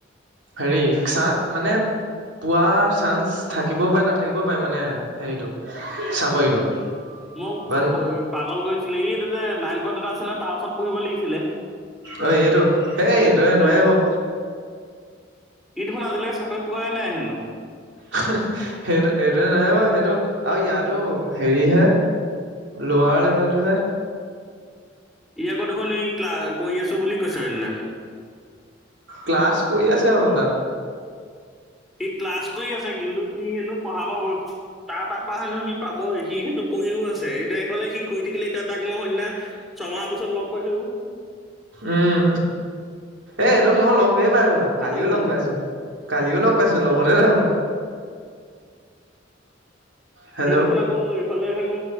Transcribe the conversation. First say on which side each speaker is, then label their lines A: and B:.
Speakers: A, on the right; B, in the centre.
A: হেৰি চাহ মানে পোৱাৰ চান্স থাকিবও পাৰে নাথাকিবও পাৰে মানে হেৰিটো চাকৰিটো।
B: মোক
A: বান
B: প পাগল কৰিছিলে, ই যে নাইন পত এটা আছে ন তাৰ ওচৰত পঢ়িব লাগিছিলে
A: অ এইটো সেই এইটোৱে নোৱাৰি
B: ই
A: বাও।
B: ই দেখোন আজিলৈকে চাকৰি পোৱাই নাই হেনো।
A: সেইটো এইটোৱে নাই বাৰ সেইটো আৰু ইয়াতো হেৰিহে লোৱা লেভেলটোহে।
B: ই আকৌ দেখোন এই ক্লা কৰি আছো বুলি কৈছে সেইদিনা।
A: ক্লাছ কৰি আছে হ'বলা।
B: সি ক্লাছ কৰি আছে কিন্তু সি হেনো পঢ়াব তাৰ ত পা পা হেনো সি পাবই সি হেনো কৰিও আছে এতিয়া সেইফালে সি কৰি থাকিলে এতিয়া তাক মই সন্ন্যা ছয়মাহৰ পিছত লগ পাইছো।
A: উম এ সেই তোক মই লগ হৈয়ে পাই থাকো কালিও
B: আহ ন
A: লগ পাইছো। কালিও লগ পাইছো লগতে থাকো। হেল্ল'
B: সি দেখোন আকৌ এইফালে হেনো,